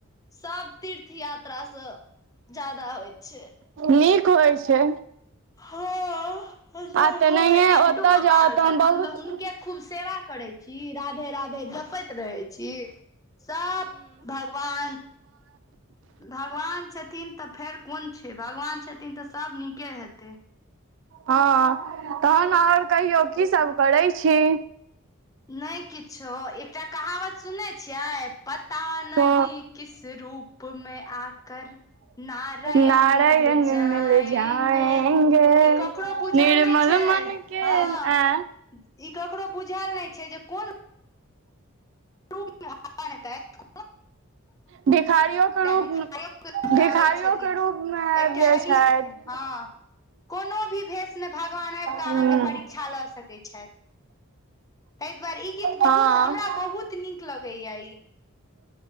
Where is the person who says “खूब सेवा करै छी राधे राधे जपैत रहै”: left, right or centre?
Left